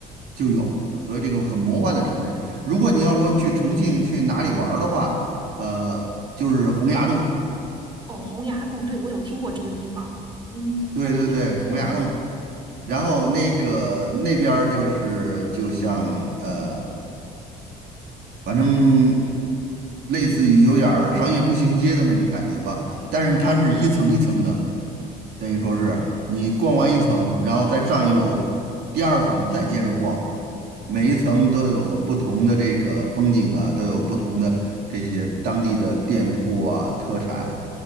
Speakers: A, on the right; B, on the right.
A: 就有，所以这个很魔幻的城市。如果你要说去重庆去哪里玩儿的话，呃，就是洪崖洞，
B: 哦，洪崖洞，对，我有听过这个地方。嗯，
A: 对对对，
B: 那这，
A: 洪崖洞。
B: 嗯，
A: 然后那个那边儿就是就像呃反正类似于有点儿商业步行街的那种感觉吧，但是它是一层一层的，等于说是你逛完一层，然后再上一楼，第二层再接着逛，每一层都有不同的这个风景啊，都有不同的这些当地的店铺啊、特产